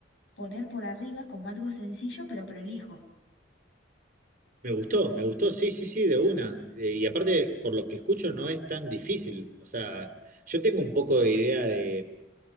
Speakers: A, on the left; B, on the right.
A: poner por arriba como algo sencillo pero prolijo.
B: Me gustó, me gustó, sí, sí, sí, de una. Eh, y aparte, por lo que escucho, no es tan difícil. O sea, yo tengo un poco de idea de